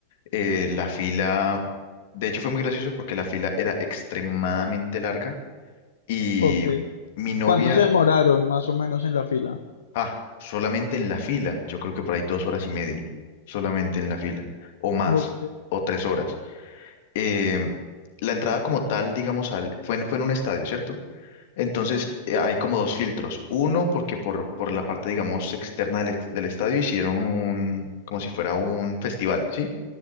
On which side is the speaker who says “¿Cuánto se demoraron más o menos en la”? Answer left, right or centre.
Left